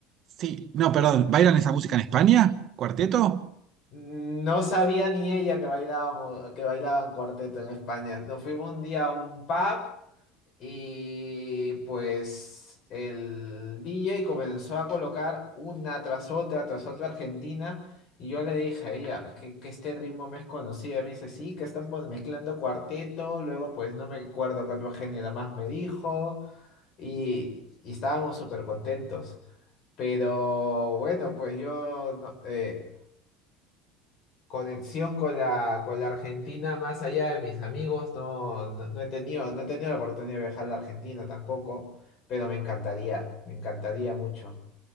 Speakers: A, on the right; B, on the left.
A: Sí, no, perdón, ¿bailan esa música en España? ¿Cuarteto?
B: No sabía ni ella que bailábamos, que bailaban cuarteto en España. Nos fuimos un día a un pub Y pues el DJ comenzó a colocar una tras otra, tras otra Argentina. Y yo le dije a ella, "Es que, que este ritmo me es conocido. Y me dice, sí, que están pon- mezclando cuarteto. Luego, pues no me acuerdo qué otro género más me dijo. Y, y estábamos súper contentos. Pero bueno, pues yo no- eh, conexión con la, con la Argentina, más allá de mis amigos, no, no, no he tenido, no he tenido la oportunidad de viajar a la Argentina tampoco, pero me encantaría, me encantaría mucho.